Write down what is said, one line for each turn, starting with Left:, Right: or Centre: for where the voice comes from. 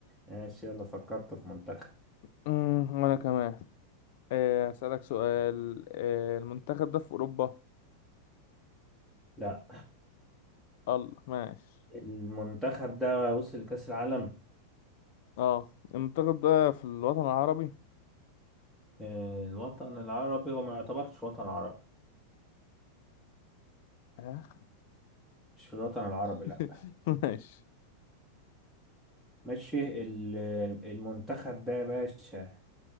Centre: ماشي يلا فكرت في منتخب
Left: امم وانا كمان آه، اسالك سؤال آه، المنتخب ده في اوروبا
Centre: لا
Left: الله ماشي
Centre: المنتخب ده وصل لكأس العالم
Left: اه المنتخب ده في الوطن العربي
Centre: آه الوطن العربي وما يعتبرش وطن عربي
Left: آه،
Centre: مش في الوطن العربي
Left: <laughs>
Centre: لا
Left: ماشي
Centre: ماشي ال- المنتخب ده يا باشا